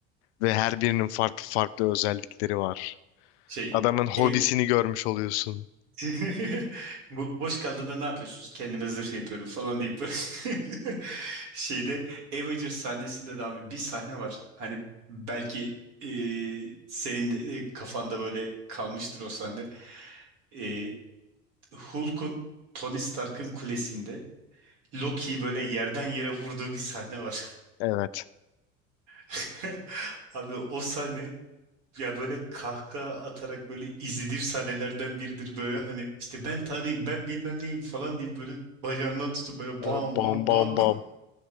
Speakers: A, on the left; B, on the right.
A: ve her birinin farklı farklı özellikleri var.
B: Şey
A: Adamın hobisini
B: ev...
A: görmüş oluyorsun.
B: <laughs> Bu boş kaldığında ne yapıyorsunuz? Kendime zırh yapıyorum falan deyip böyle <laughs> şeyde Avengers sahnesinde de abi bir sahne var. Hani belki e, senin de e, kafanda böyle kalmıştır o sahne. E, Hulk'un Tony Stark'ın kulesinde Loki'yi böyle yerden yere vurduğu bir sahne var.
A: Evet.
B: <laughs> Abi o sahne Ya böyle kahkaha atarak böyle izlediğim sahnelerden biridir böyle hani işte ben tanıyayım ben bilmem neyim falan deyip böyle bacağından tutup böyle
A: Böyle
B: bam
A: bam
B: bam
A: bam
B: bam.
A: bam.